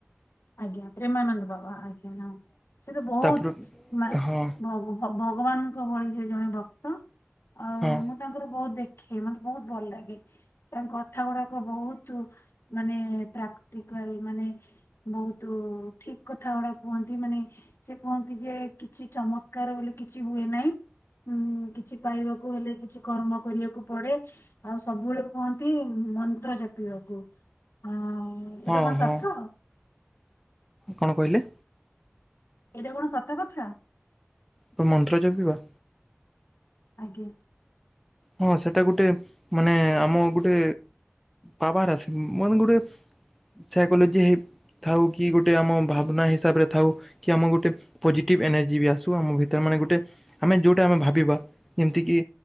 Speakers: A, on the left; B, in the centre.
A: ଆଜ୍ଞା ପ୍ରେମାନନ୍ଦ ବାବା ଆଜ୍ଞା ହଁ ସେ ତ ବହୁତୁ
B: ତାପରେ
A: ମା
B: ହଁ
A: ଭ ଗ ଭଗବାନଙ୍କ ଭଳି ସେ ଜଣେ ଭକ୍ତ ଆ
B: ହଁ।
A: ମୁଁ ତାଙ୍କର ବହୁତ ଦେଖେ ମତେ ବହୁତ ଭଲ ଲାଗେ। ତାଙ୍କ କଥା ଗୁଡାକ ବହୁତ ମାନେ ପ୍ରାକ୍ଟିକାଲ ମାନେ। ବହୁତ ଠିକ କଥା ଗୁଡା କୁହନ୍ତି ମାନେ। ସେ କୁହନ୍ତି ଯେ କିଛି ଚମତ୍କାର ବୋଲି କିଛି ହୁଏ ନାହିଁ। ହୁଁ କିଛି ପାଇବାକୁ ହେଲେ କିଛି କର୍ମ କରିବାକୁ ପଡେ। ଆଉ ସବୁବେଳେ କୁହନ୍ତି ମନ୍ତ୍ର ଜପିବାକୁ ଆ। ଏଇଟା
B: ହଁ
A: କଣ
B: ହଁ
A: ସତ।
B: କଣ କହିଲେ?
A: ଏଇଟା କଣ ସତ କଥା।
B: ତୁ ମନ୍ତ୍ର ଜପିବ।
A: ଆଜ୍ଞା।
B: ହଁ ସେଟା ଗୋଟେ ମାନେ ଆମ ଗୋଟେ ପାୱାର ଆସେ ମାନେ ଗୋଟେ। ସାଇକୋଲୋଜି ହେଇ ଥାଉ କି ଗୋଟେ ଆମ ଭାବନା ହିସାବ ରେ ଥାଉ। କି ଆମକୁ ଗୋଟେ ପୋଜିଟିଭ ଏନର୍ଜି ବି ଆସୁ ଆମ ଭିତରେ ମାନେ ଗୋଟେ। ଆମେ ଯେଉଟା ଆମେ ଭାବିବା ଯେମିତିକି